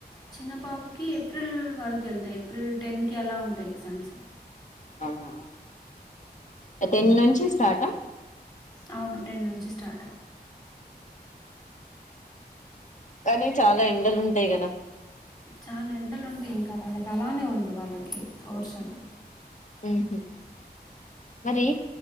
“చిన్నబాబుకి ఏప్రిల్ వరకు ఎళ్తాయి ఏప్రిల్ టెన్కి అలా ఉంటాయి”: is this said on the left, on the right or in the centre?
Left